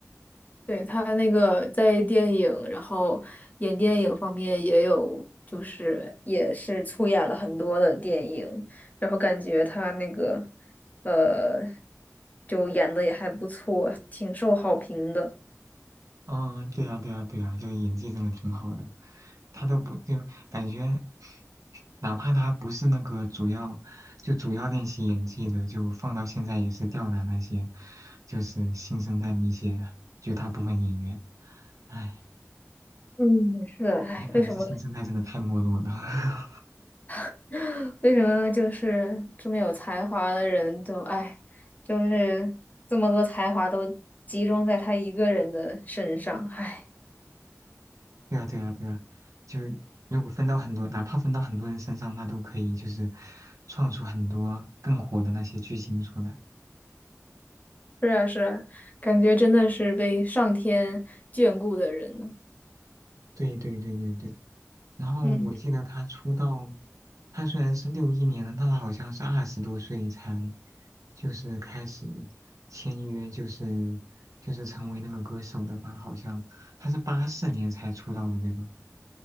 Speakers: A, on the left (about 30°); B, on the right (about 80°).
A: 对，他那个在电影，然后演电影方面也有，就是也是出演了很多的电影，然后感觉他那个，呃，就演的也还不错，挺受好评的。
B: 哦，对啊，对啊，对啊，就演技真的挺好的，他都不就感觉，哪怕他不是那个主要，就主要练习演技的，就放到现在也是吊打那些，就是新生代那些绝大部分演员，唉，
A: 嗯，是的，哎，
B: 也可能是新生代真的太没落了，
A: 为什么，
B: <laughs>
A: <laughs> 为什么就是这么有才华的人都，哎，就是这么多才华都集中在他一个人的身上，哎，
B: 对啊，对啊，对啊，就如果分到很多，哪怕分到很多人身上，那都可以，就是创出很多更火的那些巨星出来。
A: 是啊，是啊，感觉真的是被上天眷顾的人呢。
B: 对对对对对。然后我记得他出道，
A: 嗯
B: 他虽然是六一年的，但他好像是二十多岁才就是开始签约，就是就是成为那个歌手的吧？好像他是八四年才出道的，对吧？